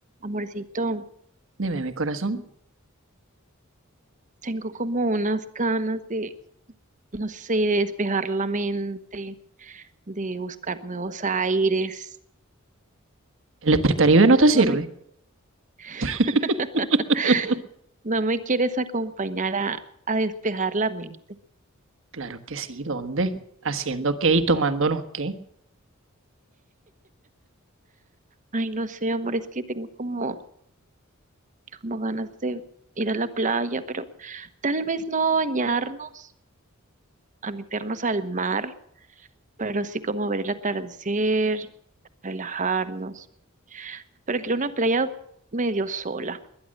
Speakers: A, on the right; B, on the right.
A: Amorcito,
B: Dime, mi corazón,
A: tengo como unas ganas de, no sé, de despejar la mente, de buscar nuevos aires.
B: ¿Electricaribe no te sirve?
A: No me, <laughs>
B: <laughs>
A: no me quieres acompañar a, a despejar la mente.
B: Claro que sí, ¿dónde? ¿Haciendo qué y tomándonos qué?
A: Ay, no sé, amor, es que tengo como, como ganas de ir a la playa, pero tal vez no bañarnos, a meternos al mar, pero sí como ver el atardecer, relajarnos. Pero quiero una playa medio sola.